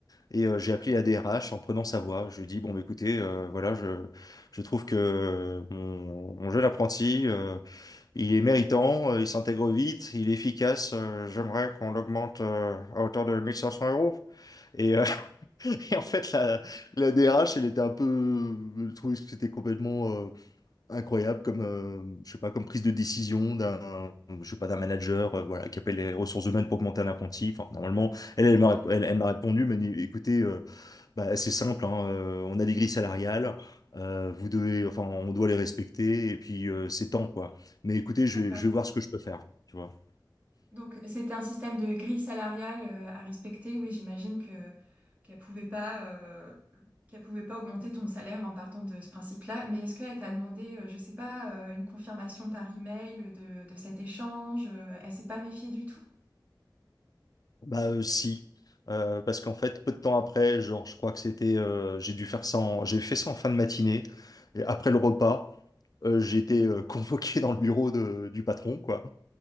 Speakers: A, on the left; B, on the right.
A: et euh, j'ai
B: Oui,
A: appelé la DRH en prenant sa voix. Je lui ai dit, bon, bah, écoutez, euh, voilà, je, je trouve que mon, mon jeune apprenti. euh, il est méritant, euh, il s'intègre vite, il est efficace. euh, j'aimerais qu'on l'augmente euh, à hauteur de 1500 euros. Et, euh, <laughs> et en fait, la, la DRH, elle était un peu... Je trouvais que c'était complètement euh, incroyable comme, euh, je sais pas, comme prise de décision d'un, je sais pas, d'un manager euh, voilà, qui appelle les ressources humaines pour augmenter un apprenti. Enfin, normalement, elle, elle m'a,
B: d'ac-
A: elle, elle m'a répondu, mais écoutez, euh, bah, c'est simple, hein, euh, on a des grilles salariales, euh, vous devez, enfin, on doit les respecter, et puis euh, c'est temps, quoi. Mais écoutez, je
B: d'accord.
A: vais, je vais voir ce que je peux faire, tu vois.
B: Donc, c'était un système de grille salariale euh, à respecter. Oui, j'imagine que qu'elle pouvait pas euh, qu'elle pouvait pas augmenter ton salaire en partant de ce principe-là. Mais est-ce qu'elle t'a demandé, euh, je sais pas, euh, une confirmation par email de, de cet échange? euh, Elle s'est pas méfiée du tout?
A: Bah euh, si, Euh, parce qu'en fait, peu de temps après, genre, je crois que c'était, euh, j'ai dû faire ça, en- j'ai fait ça en fin de matinée, et après le repas, euh, j'ai été euh, <laughs> convoqué dans le bureau de- du patron, quoi.